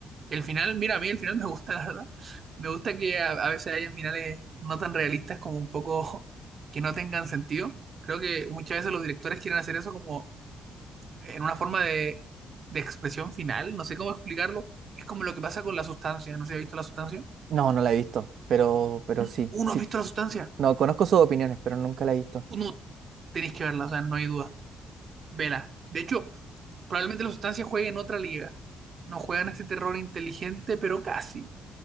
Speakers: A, on the right; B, on the right.
A: El final, mira, a mí el final <laughs> me gusta, la verdad. Me gusta que a, a veces hayan finales no tan realistas como un poco <laughs> que no tengan sentido. Creo que muchas veces los directores quieren hacer eso como en una forma de, de expresión final, no sé cómo explicarlo, es como lo que pasa con la sustancia, no sé si has visto la sustancia.
B: No, no la he visto, pero, pero
A: Un-
B: sí,
A: Uno
B: sí.
A: ha visto la sustancia,
B: No, conozco sus opiniones, pero nunca la he visto.
A: uno tenéis que verla, o sea, no hay duda, vela. De hecho, probablemente la sustancia juegue en otra liga, no juegan este terror inteligente, pero casi.